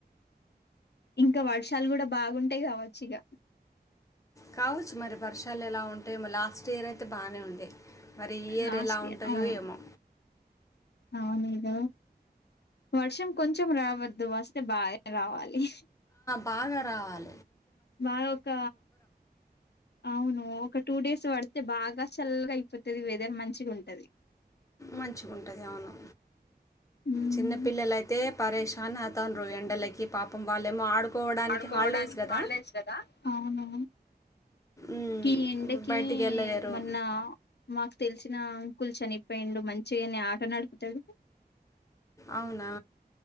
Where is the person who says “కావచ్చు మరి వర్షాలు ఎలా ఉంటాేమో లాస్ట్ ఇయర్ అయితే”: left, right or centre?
Left